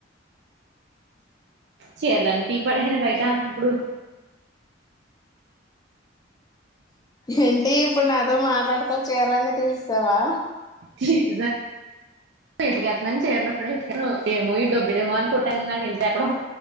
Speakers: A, on the right; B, on the left.
A: చేర్లన్ని పీకి పడేసానే బయట ఇప్పుడు
B: ఏంటి ఇప్పుడు నాతో మాట్లాడితే చీరన్ని తీస్తావా
A: తీ <inaudible> అతు చేర్లో అప్పుడ నువ్ ఏమో ఈ డబ్బుడేమో అని కొట్టాంది నాకు ఇంత ఎక్కడో